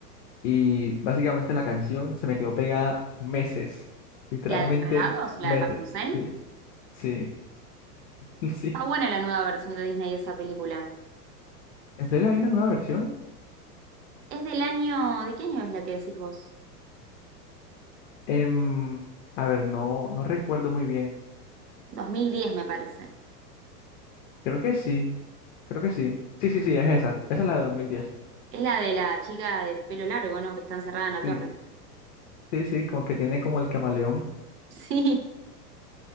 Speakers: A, on the left (about 50°); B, on the right (about 75°).
A: y básicamente la canción se me quedó pegada meses, literalmente
B: La de Enredados, la
A: meses.
B: de Rapunzel.
A: Sí, <laughs> sí.
B: Está buena la nueva versión de Disney de esa película.
A: ¿En serio hay una nueva versión?
B: Es del año, ¿de qué año es la que decís vos?
A: Em, a ver, no, no recuerdo muy bien.
B: 2010 me parece.
A: Creo que sí, creo que sí. Sí, sí, sí, es esa. Esa es la de 2010.
B: Es la de la chica de pelo largo, ¿no? Que está encerrada en la
A: Sí,
B: torre. <laughs>
A: sí, sí, con que tiene como el camaleón,
B: Sí,